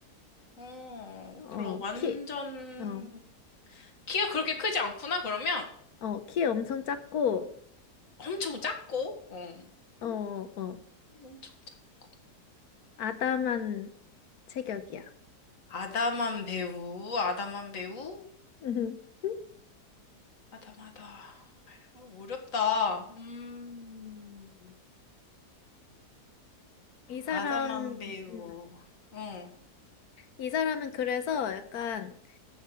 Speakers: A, on the left (about 50°); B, on the left (about 65°).
A: 어,
B: 어,
A: 그럼 완전
B: 키, 어,
A: 키가 그렇게 크지 않구나. 그러면
B: 어, 키 엄청 작고,
A: 엄청 작고, 어,
B: 어,
A: 음,
B: 어,
A: 엄청 작고.
B: 아담한 체격이야.
A: 아담한 배우, 아담한 배우,
B: <laughs>
A: 아담하다. 어, 어렵다. 음,
B: 이 사람,
A: 아담한 배우,
B: 음,
A: 어,
B: 이 사람은 그래서 약간